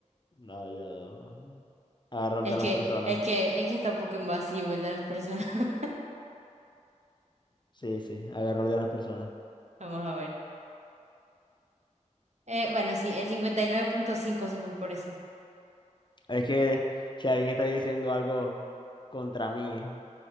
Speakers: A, on the left (about 40°); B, on the right (about 65°).
A: No, yo agarro el
B: Es
A: de las
B: que,
A: personas.
B: es que, es que está un poco invasivo el de las personas. <laughs>
A: Sí, sí, agarro el de las personas.
B: Vamos a ver. Eh, bueno, sí, el cincuenta y nueve punto cinco se fue por eso.
A: Es que si alguien está diciendo algo contra mí,